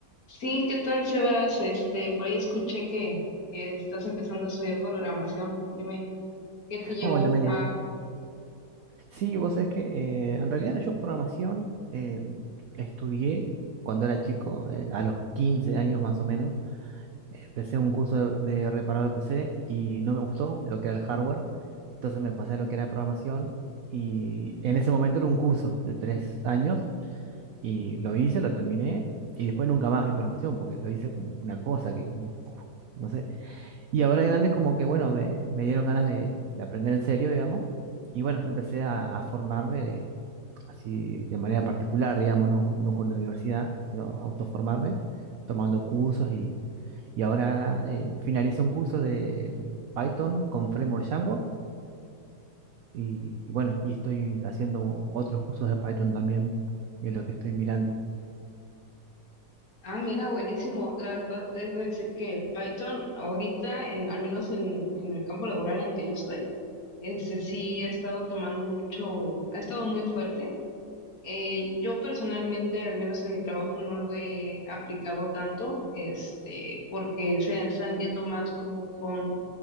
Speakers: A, on the left (about 50°); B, on the right (about 75°).
A: Sí, ¿qué tal, Sebas? Este, por ahí escuché que, que estás empezando a estudiar programación. Dime, ¿qué te llevó
B: Hola, Melian.
A: a...
B: Sí, vos sabés que eh, en realidad yo programación eh, estudié cuando era chico, eh, a los 15 años más o menos. Empecé un curso de, de reparado de PC y no me gustó lo que era el hardware. Entonces me pasé a lo que era programación y en ese momento era un curso de tres años y lo hice, lo terminé y después nunca más vi programación porque lo hice como una cosa que, no sé, Y ahora de grande como que, bueno, me, me dieron ganas de, de aprender en serio, digamos. Y bueno, empecé a, a formarme de, así de manera particular, digamos, no, no con la universidad, sino autoformarme, tomando cursos y, y ahora eh, finalicé un curso de Python con Framework Django y, y bueno, y estoy haciendo otros cursos de Python también, en lo que estoy mirando.
A: Ah, mira, buenísimo. La verdad, te debo decir que Python ahorita, en, al menos en, en el campo laboral en el que yo estoy, este, sí ha estado tomando mucho, ha estado muy fuerte. Eh, yo personalmente, al menos en mi trabajo, no lo he aplicado tanto, este, porque se están yendo más como con